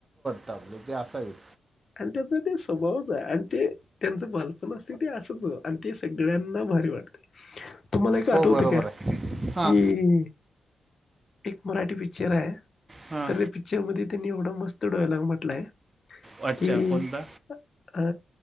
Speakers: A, on the right (about 30°); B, on the left (about 50°).
A: <unintelligible> ते असायत.
B: आणि त्याचा ते स्वभावच आहे आणि ते त्यांचं बालपण असल का ते असंच आणि ते सगळ्यांना भारी वाटतय. तुम्हाला एक आठवतं
A: हो बरोबर
B: काय
A: आहे हां
B: की एक मराठी पिक्चर आहे
A: हां
B: तर त्या पिक्चर मध्ये त्यांनी एवढा मस्त डायलॉग म्हटलाय
A: अच्छा
B: की
A: कोणता
B: हा